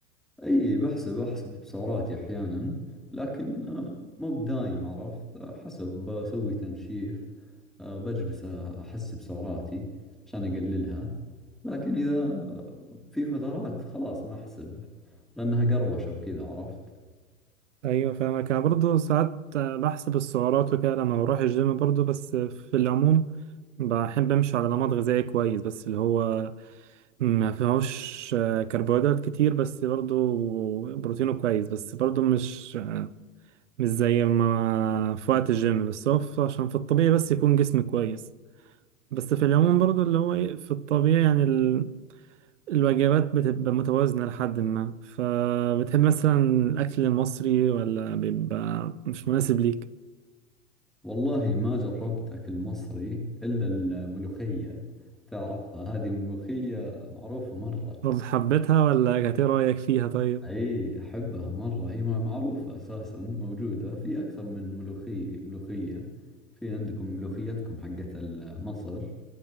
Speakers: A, in the centre; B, on the right.
A: اي بحسب احسب سعراتي احيانا لكن آه، مو بدايم عرفت آه، حسب بسوي تنشيف آه، بجلس احسب سعراتي عشان اقللها لكن اذا في فترات خلاص ما احسب لأنها قروشة وكذا عرفت
B: ايوه فاهمك انا برضه ساعات بحسب السعرات وكده لما بروح الجيم برضه بس في العموم بحب امشي على نمط غذائي كويس بس اللي هو ما فيهوش كربوهيدرات كتير بس برضه بروتينه كويس بس برضه مش مش زي ما في وقت الجيم بس هو في- عشان في الطبيعي بس يكون جسم كويس بس في العموم برضو اللي هو إيه، في الطبيعي يعني ال... الوجبات بتبقى متوازنة لحد ما فبتحب مثلا الأكل المصري ولا بيبقى مش مناسب ليك
A: والله ما جربت أكل مصري إلا الملوخية تعرفها هذه الملوخية معروفة مرة
B: طب حبيتها ولا كانت ايه رأيك فيها طيب
A: أي أحبها مرة هي ما- معروفة أساسا موجودة في أكثر من ملوخي ملوخية في عندكم ملوخيتكم حقت ال- مصر